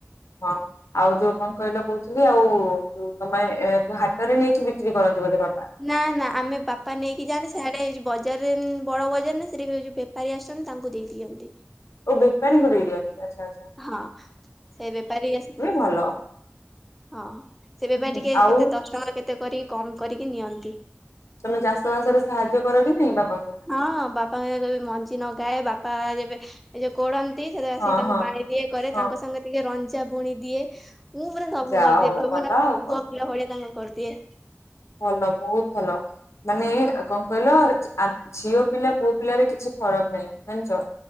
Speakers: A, on the left (about 75°); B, in the centre.
A: ହଁ। ଆଉ ଯୋଉ କଣ କହିଲ କହୁଥିଲି ଆଉ ଯୋଉ ତମେ ଯୋଉ ହାଟରେ ନେଇକି ବିକ୍ରି କରନ୍ତି ବୋଧେ ବା
B: ନା ନା ଆମେ ବାପା ନେଇକି ଯାଆନ୍ତି ସେଆଡ଼େ ବଜାରରେ ବଡ଼ ବଜାର ନା ସେଇଠି ଏ ଯଉ ବେପାରୀ ଆସଛନ୍ତି ତାଙ୍କୁ ଦେଇ ଦିଅନ୍ତି।
A: ଓ ବେପାରୀଙ୍କୁ ଦେଇଦିଅନ୍ତି? ଆଛା ଆଛା।
B: ହଁ ସେ ବେପାରୀ ଆସିକି ନେଇଯାଆନ୍ତି।
A: ଭଲ।
B: ହଁ ସେ ବେପାରି
A: ହୁଁ
B: ଟିକେ
A: ଆଉ
B: କେତେ ଦଶ ଟଙ୍କା କେତେ କରିକି କମ କରିକି ନିଅନ୍ତି।
A: ତମେ ଚାଷ ବାସରେ ସାହାଯ୍ୟ କର କି ନାଇଁ ବାପାଙ୍କୁ?
B: ହଁ ବାପାଙ୍କେ କହିବେ ମଞ୍ଜି ନଗାଏ ବାପା ଯେବେ ଏ ଯୋଉ କୋଳନ୍ତି ସେଥିରେ ଆସିକି
A: ହଁ
B: ତାଙ୍କୁ
A: ହଁ
B: ପାଣି ଦିଏ କରେ
A: ହଁ
B: ତାଙ୍କ ସଙ୍ଗରେ ଟିକେ ରଞ୍ଜା ବୁଣି ଦିଏ। ମୁଁ ପୁରା ସବୁ
A: ଯାହା
B: କରିଦିଏ
A: ହଉ
B: <unintelligible>
A: ଭଲ ଆଉ
B: ପୁଅ
A: କଣ।
B: ପିଲା ଭଳିଆ ତାଙ୍କୁ କରିଦିଏ।
A: ଭଲ ବହୁତ ଭଲ। ମାନେ କଣ କହିଲ ଆ ଝିଅ ପିଲା ପୁଅ ପିଲାରେ କିଛି ଫରକ ନାହିଁ ଜାଣିଛ?